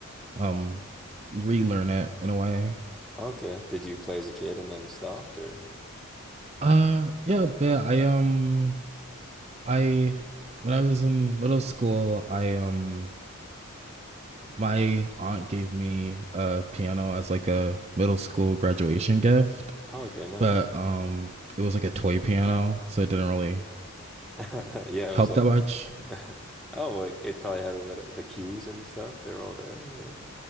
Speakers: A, on the right (about 30°); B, in the centre.
A: um, relearn it in a way.
B: Okay. Did you play as a kid and then stopped or?
A: Uh, yeah, a bit. I um, I when I was in middle school, I um, my aunt gave me a piano as like a middle school graduation gift.
B: Oh, okay, nice.
A: but um, it was like a toy piano, so it didn't really
B: <laughs> Yeah,
A: help
B: I was like,
A: that much.
B: <laughs> oh, well, it probably had a little the keys and stuff. They were all there, right?